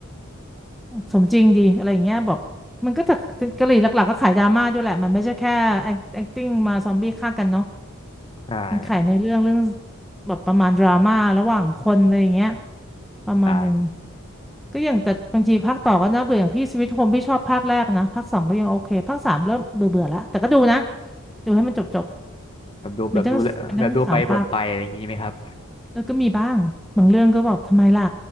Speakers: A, in the centre; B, on the left.
A: สมจริงดีอะไรอย่างเงี้ยแบบมันก็จะเกาหลีหลักๆก็ขายดราม่าด้วยแหละมันไม่ใช่แค่ act- acting มาซอมบี้ฆ่ากันเนาะ
B: ใช่
A: มันขายในเรื่องเรื่องแบบประมาณดราม่าระหว่างคนอะไรอย่างเงี้ยประมาณหนึ่ง
B: ใช่
A: ก็อย่างแต่บางทีภาคต่อก็น่าเบื่ออย่างพี่สวิตโฮมพี่ชอบภาคแรกนะภาคสองก็ยังโอเคภาคสามเริ่มเบื่อเบื่อแล้วแต่ก็ดูนะดูให้มันจบจบ
B: แบบดูแบบดูแบบดูไปบ่นไปอะไรอย่างนี้ไหมครับ
A: มันทั้งมันทั้งสามภาคเออก็มีบ้างบางเรื่องก็แบบทำไมล่ะ